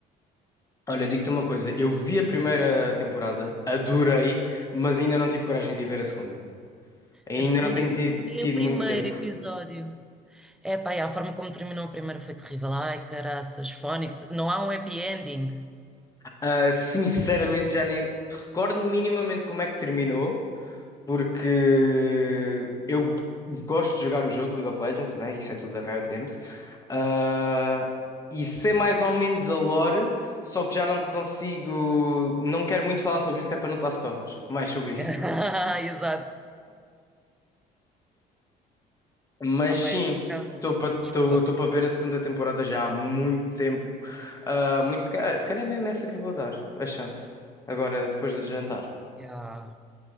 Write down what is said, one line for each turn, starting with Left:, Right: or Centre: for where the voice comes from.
Left: Olha, digo-te uma coisa. Eu vi a primeira temporada, adorei, mas ainda não tive coragem de ir ver a segunda. Ainda
Centre: A segunda
Left: não tenho
Centre: vi
Left: tido,
Centre: ontem
Left: tido
Centre: o primeiro
Left: muito tempo.
Centre: episódio. É pá, e a forma como terminou a primeira foi terrível. Ai, caraças, Fónix, não há um happy ending.
Left: Ah, sinceramente,
Centre: Ai.
Left: já nem recordo minimamente como é que terminou. porque eu gosto de jogar o jogo League of Legends, né? Isso é tudo da Riot Games. Ah, e sei mais ou menos a lore, só que já não consigo. Não quero muito falar sobre isso, que é para não dar spoilers. Mais sobre isso.
Centre: <laughs> Exato.
Left: Mas
Centre: Ah,
Left: sim,
Centre: pá, eu, por acaso,
Left: estou
Centre: desculpa.
Left: para ver a segunda temporada já há muito tempo. Ah, muito, se calhar, se calhar é mesmo essa que eu vou dar a chance. Agora, depois de jantar.
Centre: Ya.